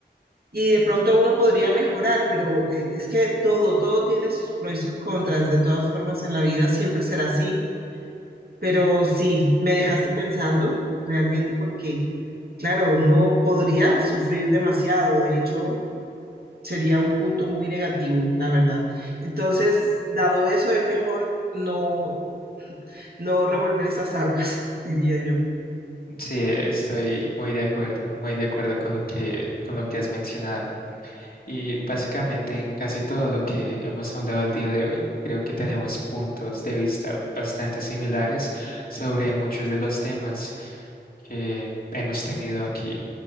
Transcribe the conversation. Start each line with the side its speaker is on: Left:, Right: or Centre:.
Right: Y de pronto uno podría mejorar, pero eh, es que todo, todo tiene sus pros y sus contras. De todas formas, en la vida siempre será así. Pero sí, me dejaste pensando realmente porque, claro, uno podría sufrir demasiado. De hecho, sería un punto muy negativo, la verdad. Entonces, dado eso, es mejor no, no revolver esas aguas, <laughs> diría yo.
Left: Sí, estoy muy de acuerdo, muy de acuerdo con lo que, con lo que has mencionado. Y básicamente en casi todo lo que hemos hablado el día de hoy, creo que tenemos puntos de vista bastante similares sobre muchos de los temas que hemos tenido aquí.